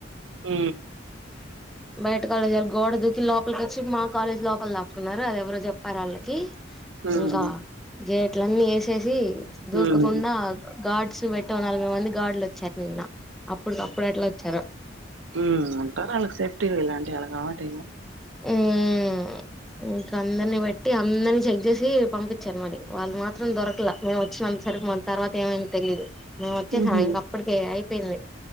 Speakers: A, on the right; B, in the centre.
A: ఊ
B: బయట కాలేజోల్ గోడ దూకి లోపల్కొచ్చి, మా కాలేజ్ లోపల దాక్కున్నారు, అది ఎవరో జెప్పారు. ఆళ్ళకి.
A: ఉమ్
B: ఇంకా గేట్లన్నీ ఏసేసి దూకకుండా
A: ఉమ్
B: గార్డ్స్ వెట్టి ఓ నలభై మంది గార్డ్లు ఒచ్చార్ నిన్న. అప్పుటికప్పుడు ఎట్లా వచ్చారో
A: హ్మ్ వుంటారు వాళ్ళకి సేఫ్టీగా ఇలాంటివి వాళ్ళ కావట్
B: హ్మ్ ఇంకా అందరిని పెట్టి అందరినీ చెక్ చేసి పంపించారు మరి వాళ్ళు మాత్రం దొరకలే మేము వ వచ్చిన సరిమ తర్వాత ఏమైందో తెలీయదు మేము వచ్చేసాం
A: ఉహు
B: ఇంక అప్పటిక అయిపోయింది